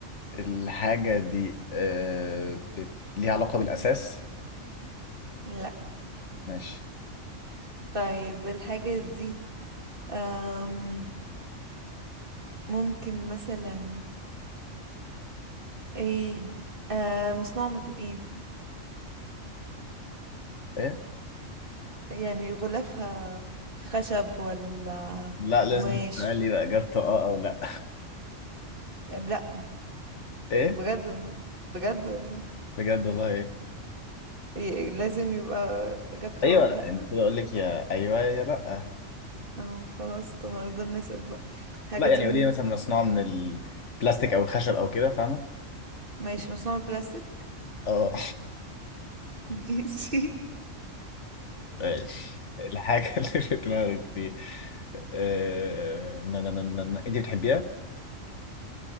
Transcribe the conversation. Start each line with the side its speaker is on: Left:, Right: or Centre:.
Left: الحاجه دي آه، بت- ليها علاقه بالاساس
Right: لا
Left: ماشي
Right: طيب الحاجة دي آم ممكن مثلا ايه آه مصنوع من ايه
Left: إيه؟
Right: يعني غلافها خشب ولا
Left: لا لازم
Right: قماش
Left: تقول لي بقى اجابته اه او لا
Right: آه، لا
Left: ايه
Right: بجد والله بجد والله
Left: بجد والله ايه
Right: ي- لازم يبقى اجابته
Left: ايوه
Right: او
Left: لا
Right: لا
Left: المفروض اقول لك يا ايوه يا لا
Right: او خلاص طب هنفضل نسأل بقى الحاجة
Left: لا يعني
Right: دي م-
Left: قولي لي مثلا مصنوع من البلاستيك او الخشب او كده فاهمه
Right: ماشي مصنوعة من البلاستيك
Left: اه
Right: <laughs> ماشي
Left: ماشي. الحاجه <laughs> اللي في دماغك دي آه، نا- نا- نا- نا- نا. انت بتحبيها